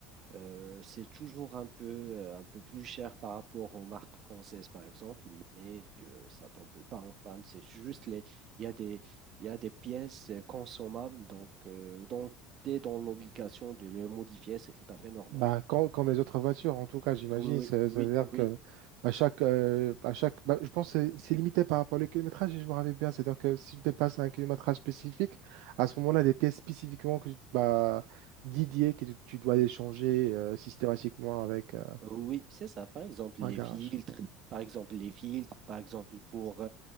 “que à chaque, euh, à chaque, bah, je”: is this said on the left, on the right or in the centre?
Right